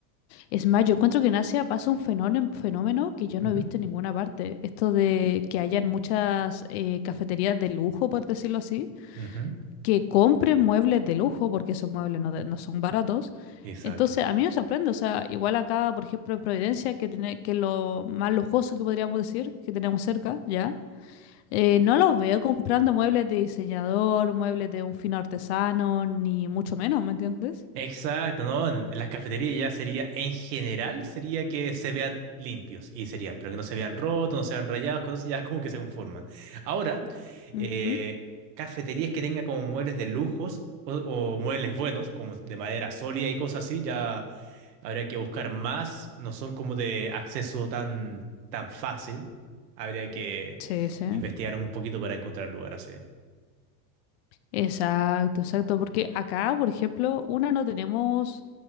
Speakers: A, on the left (about 40°); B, on the right (about 70°).
A: Es más, yo encuentro que en Asia pasa un fenómeno, fenómeno que yo
B: Ujú,
A: no he visto en ninguna parte. Esto de que hayan muchas eh, cafeterías de lujo, por decirlo así,
B: ujú,
A: que compren muebles de lujo, porque esos muebles no, de- no son baratos.
B: Exacto.
A: Entonces, a mí me sorprende. O sea, igual acá, por ejemplo, en Providencia, que, tiene, que es lo más lujoso que podríamos decir, que tenemos cerca, ¿ya? Eh, no los veo comprando muebles de diseñador, muebles de un fino artesano, ni mucho menos, ¿me entiendes?
B: Exacto, ¿no? En en las cafeterías ya sería, en general, sería que se vean limpios y sería, pero que no se vean rotos, no se vean rayados, cosas ya como que se conforman. Ahora,
A: Ujú.
B: eh, cafeterías que tengan como muebles de lujos o, o muebles buenos, como de madera sólida y cosas así, ya habría que buscar más, no son como de acceso tan, tan fácil, habría que
A: Sí, sí.
B: investigar un poquito para encontrar lugar así.
A: Exacto, exacto, porque acá, por ejemplo, una no tenemos,